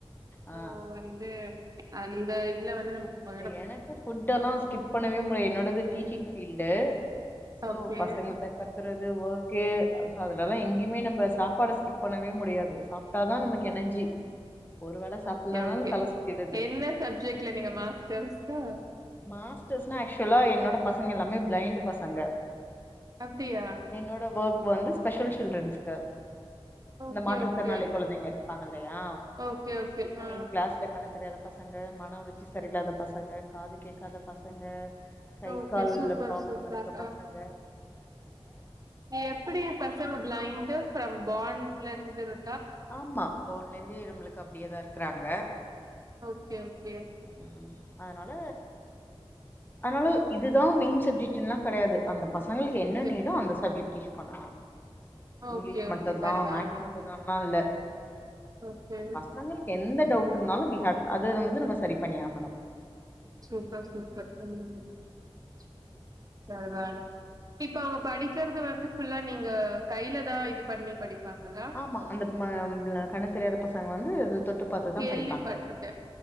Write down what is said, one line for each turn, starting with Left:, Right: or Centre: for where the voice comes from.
Left: ஆ
Right: ஓ அடி பே அந்த இதுல வந்து நமக்கு போயிடும்.
Left: இந்த எனக்கு ஃபுட் எல்லா ஸ்கிப் பண்ணவே முடி என்னோடது டீச்சிங் ஃபீல்டு சோ
Right: ஓகே
Left: பசங்கள்ட்ட கத்துறது வோர்க்கு அதுனாலா எங்கயுமே நம்ப சாப்பாட ஸ் ஸ்கிப் பண்ணவே முடியாது. சாப்ட்டாதா நமக்கு எனர்ஜி. ஒரு வேல சாப்ட்லனாலு
Right: ஓகே ஓகே.
Left: தல சுத்திடுது.
Right: என்ன சப்ஜெக்ட் இல்ல நீங்க மாஸ்டர்ஸ் தா
Left: மாஸ்டர்ஸ்னா ஆக்சுவலா என்னோட பசங்க எல்லாமே ப்ளைண்ட்டு பசங்க
Right: அப்டியா
Left: என்னோட ஒர்க் வந்து ஸ்பெஷல் சில்டரன்ஸ்க்கு
Right: ஓகே
Left: இந்த மாற்றுத்திறனாளி
Right: ஓகே.
Left: குழந்தைங்க இருப்பாங்கல்லயா
Right: ஓகே ஓகே.
Left: சோ
Right: ஆ.
Left: எ கிளாஸ் ல கண்ணு தெரியாத பசங்க மன உளர்ச்சி சரியில்லாத பசங்க காது கேட்காத பசங்க கை
Right: ஓகே
Left: கால்ல
Right: சூப்பர்
Left: ப்ராப்ளம்
Right: சூப்பர்.
Left: இருக்க பசங்க
Right: நா எப்டி பசங்க பிளைண்டு ஃப்ரம் பார்ன்லருந்து இரு
Left: ஆமா போனலிந்தே நம்மளுக்கு அப்டியே தா இருக்குறாங்க
Right: ஓகே ஓகே
Left: ம் அதனால ஆனாலு இதுதா மெய்ன் சப்ஜெக்ட்டுன்லா கெடையாது அந்த பசங்களுக்கு என்ன
Right: ஓகே.
Left: நீடோ அந்த சப்ஜெக்ட் டீச் பண்ணணு இங்லிஷ்
Right: ஓகே
Left: மட்டுந்தா
Right: ஓகே பரவால்ல.
Left: மேக்ஸ் மட்டு நான்ல
Right: ஓகே.
Left: பசங்களுக்கு எந்த டவுட் இருந்தாலு வி ஹேவ் அது வந்து நம்ம சரி பண்ணி ஆகணு
Right: சூப்பர் சூப்பர் ம் இப்ப நானு இப்ப அவுங்க படிக்கிறது வந்து ஃபுல்லா நீங்க கைய்ல தா இது பண்ணி படிப்பாங்கள
Left: ஆமா அந்த ப கண்ணு தெரியாத பசங்க வந்து தொட்டு பாத்துதா
Right: கேள்விபட்ருக்கே
Left: படிப்பாங்க